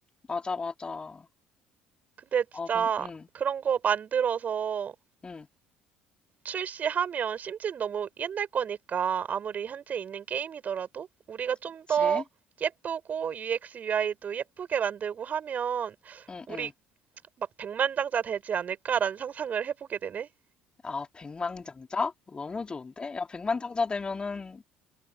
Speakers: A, on the left; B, on the right.
A: 맞아, 맞아.
B: 근데 진짜
A: 어, 근, 응,
B: 그런 거 만들어서
A: 응.
B: 출시하면 심지어 너무 옛날 거니까 아무리 현재 있는 게임이더라도 우리가 좀
A: 그치?
B: 더 예쁘고 UX, UI도 예쁘게 만들고 하면
A: 응응.
B: 우리 막 백만장자 되지 않을까라는 상상을 해보게 되네.
A: 아, 백만장자? 너무 좋은데? 야, 백만장자 되면은,